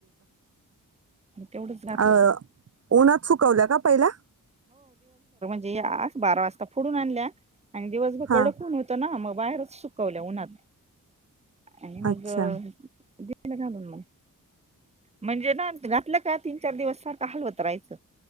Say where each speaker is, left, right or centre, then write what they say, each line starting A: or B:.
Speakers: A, on the right; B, on the right.
A: तेवढंच. घातलं
B: अं उन्हात सुुकवल्या का पहिल्या
A: आस बारा वाजता फोडूनन आणल्या. आणि दिवसभर
B: हा
A: कड उन होतं ना मग बाहेरच सुकवल्या उन्हात आणि
B: अच्छा
A: मग दिल घालून म म्हणजे ना घातलं का तीन चार दिवस सारखा हलवत रायच